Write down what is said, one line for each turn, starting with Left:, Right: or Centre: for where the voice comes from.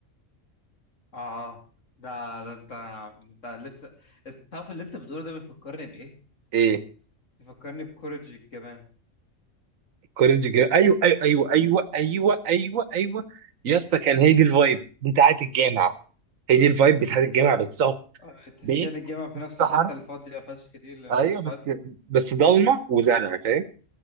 Left: اه آه. ده ده انت ده انت الفت الطرف اللي انت بتقوله ده بيفكرني بايه؟
Right: ايه
Left: بيفكرني بكورج الجبان
Right: كوريج جيم ايوه ايوه ايوه ايوه ايوه ايوه ايوه يا اسطى كان هي دي الفايب بتاعت الجامعه هي دي الفايب بتاعت الجامعه بالظبط
Left: آه، تسكان
Right: بيت
Left: الجامعة في
Right: في
Left: نفس
Right: الصحراء
Left: الحتة الفاضية فشخ دي اللي
Right: ايوه
Left: ما فيهاش
Right: بس
Left: حد
Right: بس ضلمه وزرع فاهم